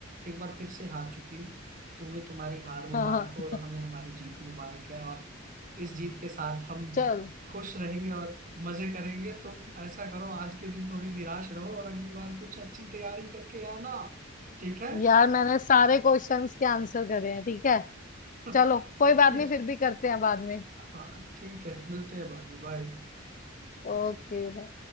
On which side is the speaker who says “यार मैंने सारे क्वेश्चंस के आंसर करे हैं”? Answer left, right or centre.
Left